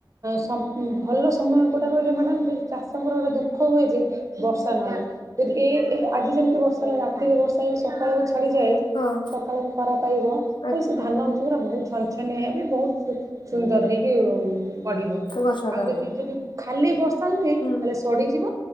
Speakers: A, on the right; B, on the left.
A: ସ ଭଲ ସମୟ କୋଉଟା କହିଲେ ମ୍ୟାଡ଼ାମ ଚାଷଙ୍କର ଗୋଟେ ଦୁଃଖ ହୁଏ ଯେ ବର୍ଷା ନହେଲେ। ଯଦି ଏଇ ଏଇ ଆଜି ଯେମିତି ବର୍ଷା ହେଲା ରାତିରେ ବର୍ଷା ହେଇକି ସକାଳକୁ ଛାଡିଯାଏ।
B: ହଁ
A: ସକାଳେ ଖରା ପାଇବ ତାହେଲେ
B: ଆଜ୍ଞା
A: ସେ ଧାନ ଗଛ ଗୁରା ବହୁତ ଛନଛନିଆ ହେବେ ବହୁତ ସୁନ୍ଦର ହେଇକି ବଢିବ
B: ଗଛ
A: ଆଉ
B: ତାହେଲେ
A: ଯଦି ଯଦି ଖାଲି ବର୍ଷା ହୁଏ
B: ହୁଁ
A: ତାହେଲେ ସଡିଯିବ